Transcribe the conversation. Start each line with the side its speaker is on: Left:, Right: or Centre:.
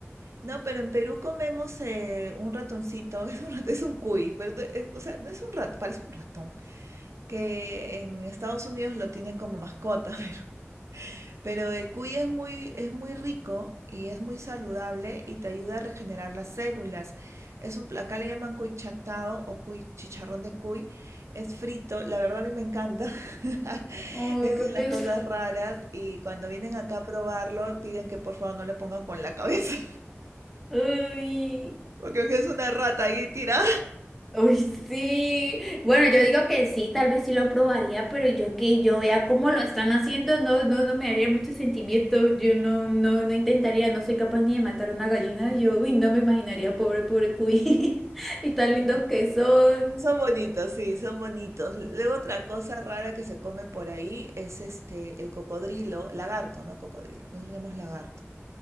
Right: No, pero en Perú comemos eh, un ratoncito, <laughs> es un, rat- es un cuy, pero no- es- o sea, no es un rat, parece un ratón, que en Estados Unidos lo tienen como mascota, <laughs> pero, pero el cuy es muy, es muy rico y es muy saludable y te ayuda a regenerar las células. Es un, pla- acá le llaman cuy chactado o cuy chicharrón de cuy, es frito, la verdad a mí me encanta, <laughs>
Centre: <laughs> Ay,
Right: es
Centre: qué
Right: una de
Centre: pesar.
Right: las cosas raras y cuando vienen acá a probarlo piden que por favor no le pongan con la cabeza.
Centre: Uy.
Right: Porque es una rata ahí tira.
Centre: Uy, sí. Bueno, yo digo que sí, tal vez sí lo probaría, pero yo que yo vea cómo lo están haciendo, no, no, no me haría mucho sentimiento. Yo no, no, no intentaría, no soy capaz ni de matar una gallina. Yo, uy, no me imaginaría, pobre, pobre cuy. <laughs> Y tan lindos
Right: Mm,
Centre: que son.
Right: Son bonitos, sí, son bonitos. Luego otra cosa rara que se come por ahí es este, el cocodrilo, lagarto, no cocodrilo. Nosotros tenemos lagarto.